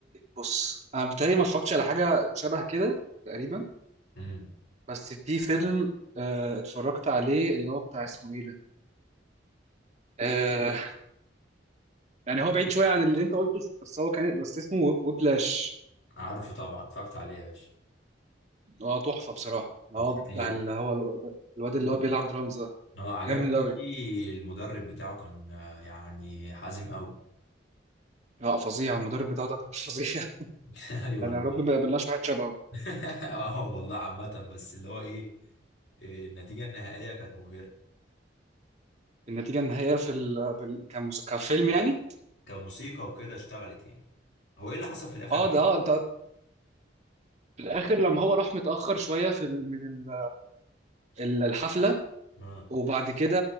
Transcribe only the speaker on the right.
بص انا بتهيألي ما اتفرجتش على حاجه شبه كده تقريبا
بس في فيلم آه اتفرجت عليه اللي هو بتاع اسمه ايه ده آه يعني هو بعيد شويه عن اللي انت قلته بس هو كان بس اسمه ويبلاش
اه تحفه بصراحه
هو
بتاع اللي هو ال- الواد اللي هو بيلعب درامز ده
جامد قوي
لا فظيع المدرب بتاعه ده كان فظيع <laughs>
يعني
يا رب ما يقابلناش واحد شبهه
النتيجه النهائيه في ال... بال... كمس... كفيلم يعني
اه
ده اه ده في الاخر لما هو راح متاخر شويه في ال... من ال... ال- الحفله
وبعد كده